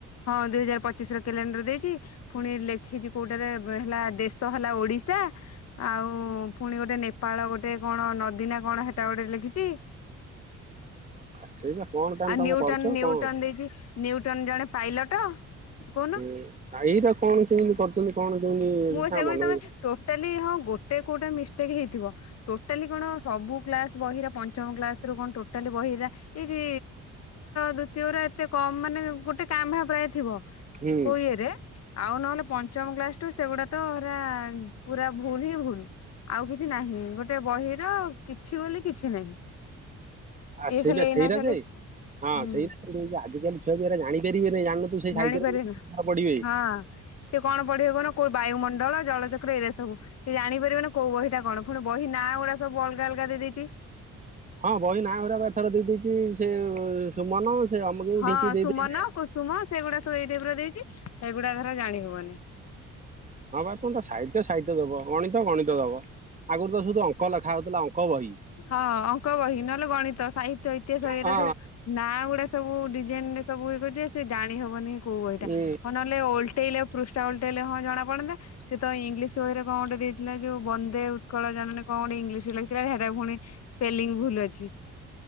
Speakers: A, on the left; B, on the right.
A: ହଁ ଦୁଇ ହଜାର ପଚିଶର କ୍ୟାଲେଣ୍ଡର ଦେଇଛି ପୁଣି ଲେଖିଛି କୋଉଟାରେ ହେଲା ଦେଶ ହେଲା ଓଡ଼ିଶା। ଆଉ ପୁଣି ଗୋଟେ ନେପାଳ ଗୋଟେ କଣ ନଦୀନା କଣ ହେଟା ଗୋଟେ ଲେଖିଛି।
B: ଆ ସେଇବା କଣ ତାହେଲେ
A: ଆ
B: ତମେ
A: ନିଉଟନ
B: କରୁଛ
A: ନିଉଟନ
B: କଣ?
A: ଦେଇଛି ନିଉଟନ ଜଣେ ପାଇଲଟ କହୁନ
B: ହୁଁ ଏଇଟା କଣ କେମିତି କରୁଛନ୍ତି କଣ କେମିତି
A: ମୁଁ
B: ତା
A: ସେଇ
B: ମନ
A: କହୁଛି ତମେ
B: ହୁଁ
A: ଟୋଟାଲି ହଁ ଗୋଟେ କୋଉଟା ମିଷ୍ଟେକ୍ ହେଇଥିବ ଟୋଟାଲି କଣ ସବୁ କ୍ଲାସ ବହିର ପଞ୍ଚମ କ୍ଲାସରୁ କଣ ଟୋଟାଲି ବହି ଏରା ତୃତୀୟ, ଦ୍ୱିତୀୟ ଗୁରା ଏତେ ମାନେ ଗୋଟେ କାଁ ଭାଆଁ ପ୍ରାୟ ଥିବ
B: ହୁଁ
A: କୋଉ ଇଏରେ ଆଉ ନହେଲେ ପଞ୍ଚମ କ୍ଲାସ ସେଗୁଡ଼ା ତ ହେରା ପୁରା ଭୁଲ ହିଁ ଭୁଲ ଆଉ କିଛି ନାହିଁ ଗୋଟେ ବହିର କିଛି ବୋଲି କିଛି ନାହିଁ।
B: ଆ
A: ଏ
B: ସେଇ
A: ଖାଲି ଏଇନା
B: ସେଇଟା
A: ଖାଲି
B: ଯେ ହଁ
A: ହୁଁ
B: ସେଇ ଆଜିକାଲି ଛୁଆ ବି ଜାଣିପାରିବେନି। ଜାଣିନଥିବୁ ସେଇ
A: ଜାଣିପାରିବେନି
B: ସାହିତ୍ୟରେ ପଢିବେ।
A: ହଁ ସେ କଣ ପଢ଼ିବ କଣ କୋଉ ବାୟୁମଣ୍ଡଳ ଜଳଚକ୍ର ଏରିଆ ସବୁ ସେ ଜାଣିପାରିବେ ନା କୋଉ ବହିଟା କଣ ପୁଣି ବହି ନାଁ ଗୁଡ଼ା ସବୁ ଅଲ ଅଲଗା ଅଲଗା ଦେଇଦେଇଛି।
B: ହଁ ବହି ନାଁ ଗୁରାକ ଏଥର ଦେଇ ଦେଇଛି ସେ ସୁମନ ସେ ଅମକେଇ
A: ହଁ
B: ଢିଙ୍କି ଦେଇ
A: ସୁମନ,
B: ଦେଇଛି।
A: କୁସୁମ ସେଗୁଡ଼ାକ ସବୁ ଏଇ ଟାଇପର ଦେଇଛି ସେଇଗୁଡ଼ା ଧର ଜାଣି ହଉନି। <inaudible>
B: ହଁ ବା ତମେ ତ ସାହିତ୍ୟ-ସାହିତ୍ୟ ଦବ। ଗଣିତ ଗଣିତ ଦବ ଆଗରୁ ତ ସବୁ ଅଙ୍କ ଲେଖା ହଉଥିଲା ଅଙ୍କ ବହି।
A: ହଁ ଅଙ୍କ ବହି ନହେଲେ ଗଣିତ, ସାହିତ୍ୟ, ଇତିହାସ ଏଇଟା
B: ହଁ
A: ସବୁ ନାଁ ଗୁଡ଼ା ସବୁ ଡିଜାଇନ ରେ ସବୁ ସେ ଜାଣି ହବନି କୋଉ ବହିଟା
B: ଉଁ
A: ହଉ ନହେଲେ ଓଲଟେଇଲେ ପୃଷ୍ଠା ଉଲଟେଇଲେ ହଁ ଜଣା ପଡନ୍ତା ସେତ ଇଂଲିଶ ବହିରେ କଣ ଗୋଟେ ଥିଲା ଯୋଉ ବନ୍ଦେ ଉତ୍କଳ ଜନନୀ କଣ ଗୋଟେ ଇଂଲିଶରେ ଲେଖିଥିଲା ଯେ ହେଟା ପୁଣି ସ୍ପେଲିଙ୍ଗ ଭୁଲ ଅଛି।